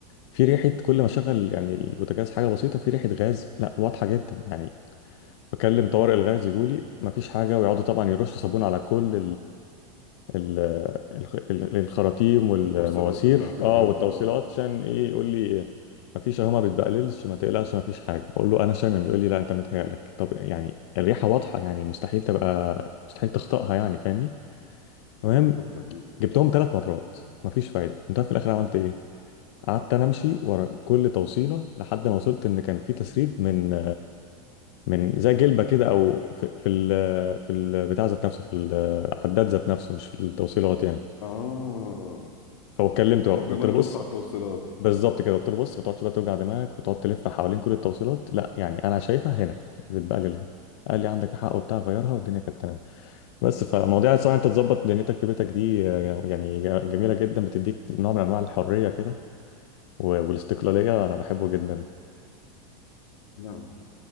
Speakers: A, on the left; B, on the left.
A: في ريحة كل ما اشغل يعني البوتاجاز حاجة بسيطة في ريحة غاز لا واضحة جدا يعني فكلم طوارئ الغاز يجولي مفيش حاجة ويقعدوا طبعا يرشوا صابون على كل ال- الخ- ال- الخراطيم والمواسير
B: التوصيلات بتاعت
A: اه
B: الغاز
A: والتوصيلات
B: دي اه
A: عشان ايه يقول لي مفيش اهو ما بتبقللش ما تقلقش مفيش حاجه اقول له انا شامم يقول لي لا انت متهيألك طب يعني الريحه واضحه يعني مستحيل تبقى مستحيل تخطئها يعني فاهمني
B: بالظبط
A: المهم
B: اكيد
A: جبتهم ثلاث مرات مفيش فايده انت في الاخر عملت ايه قعدت انا امشي ورا كل توصيله لحد ما وصلت ان كان في تسريب من من زي جلبه كده او في في ال في البتاع ذات نفسه في العداد ذات نفسه مش في التوصيلات يعني
B: اه
A: هو اتكلمت بقى
B: هما
A: قلت
B: كل مره
A: له
B: بيبصوا
A: بص
B: على التوصيلات
A: بالظبط كده قلت له بص ما تقعدش بقى توجع دماغك وتقعد تلف حوالين كل التوصيلات لا يعني انا شايفها هنا بتبقى لل هنا قال لي عندك حق وبتاع غيرها والدنيا كانت تمام بس فمواضيع الصراحه انت تظبط دنيتك في بيتك دي آه، يعني ج- جميله جدا بتديك نوع من انواع الحريه كده و- والاستقلاليه انا بحبه جدا
B: نعم